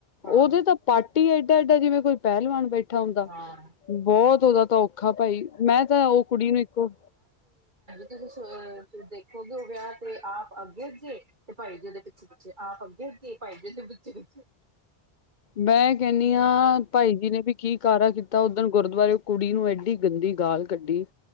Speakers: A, on the right; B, on the left.
A: ਹਾਂ
B: ਓਦੇ ਤਾਂ ਪੱਟ ਈ ਏਡਾ-ਏਡਾ ਜਿਵੇ ਕੋਈ ਪੈਲਵਾਨ ਬੈਠ ਠਾ ਹੁੰਦਾ,
A: ਹਾਂ
B: ਬਹੁਤ ਉਹਦਾ ਤਾਂ ਔਖਾ ਭਾਈ ਮੈਂ ਤਾਂ ਉਹ ਕੁੜੀ ਨੂੰ ਇੱਕੋ
A: ਤੁਸ ਅਹ ਤੁਸੀਂ ਦੇਖੋਗੇ ਵਿਆਹ ਤੇ ਆਪ ਅੱਗੇ ਸੀ। ਤੇ ਭਾਈ ਜੀ ਓਦੇ ਪਿੱਛੇ-ਪਿੱਛੇ ਆਪ ਅੱਗੇ-ਅੱਗੇ ਭਾਈ ਜੀ ਓਦੇ ਪਿੱਛੇ-ਪਿੱਛੇ।
B: ਮੈਂ ਕਹਿਣੀ ਆ, ਭਾਈ ਜੀ ਨੇ ਵੀ ਕੀ ਕਾਰਾ ਕੀਤਾ ਓਦਨ ਗੁਰਦੁਆਰੇ ਕੁੜੀ ਨੂੰ ਐਡੀ ਗੰਦੀ ਗਾਲ ਕੱਢੀ